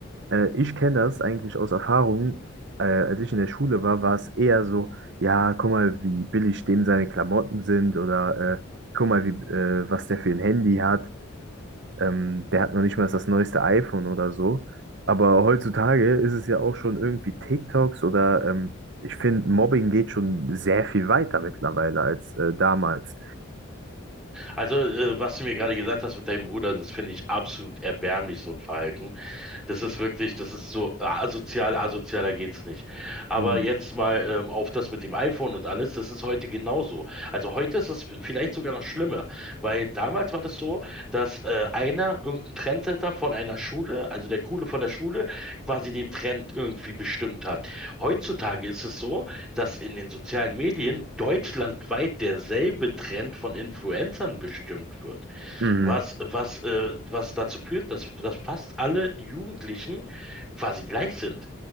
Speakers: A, on the right; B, in the centre.
A: äh, ich kenne das eigentlich aus Erfahrung, äh, als ich in der Schule war, war es eher so, ja, guck mal, wie billig dem seine Klamotten sind oder äh, guck mal, wie, äh, was der für ein Handy hat. Ähm, der hat noch nicht mal das neueste iPhone oder so. Aber heutzutage ist es ja auch schon irgendwie TikToks oder ähm, ich finde, Mobbing geht schon sehr viel weiter mittlerweile als äh, damals.
B: Also, äh, was du mir gerade gesagt hast mit deinem Bruder, das finde ich absolut erbärmlich, so ein Verhalten. Das ist wirklich, das ist so ah, asozial, asozialer geht's nicht. Aber
A: Mhm.
B: jetzt mal ähm, auf das mit dem iPhone und alles, das ist heute genauso. Also heute ist es vielleicht sogar noch schlimmer, weil damals war das so, dass äh, einer, irgendein Trendsetter von einer Schule, also der Coole von der Schule, quasi den Trend irgendwie bestimmt hat. Heutzutage ist es so, dass in den sozialen Medien deutschlandweit derselbe Trend von Influencern bestimmt wird
A: Mhm.
B: was, was, äh, was dazu führt, dass, dass fast alle Jugendlichen quasi gleich sind.